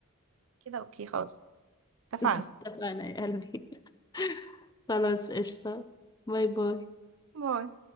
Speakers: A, on the right; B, on the left.
A: كده اوكي خلاص اتفقنا
B: اتفقنا يا قلبي <laughs> خلاص قشطة باي باي
A: باي